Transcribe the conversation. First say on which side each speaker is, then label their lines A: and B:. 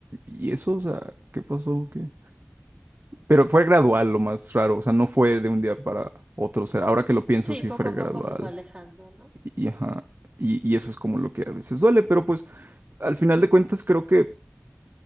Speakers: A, on the right; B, on the right.
A: ¿y eso? O sea, ¿qué pasó? ¿Qué? Pero fue gradual, lo más raro, o sea, no fue de un día para otro, o sea, ahora que lo pienso,
B: Sí,
A: sí
B: poco
A: fue
B: a
A: gradual,
B: poco se fue alejando, ¿no?
A: y, y ajá, y, y eso es como lo que a veces duele, pero pues, al final de cuentas, creo que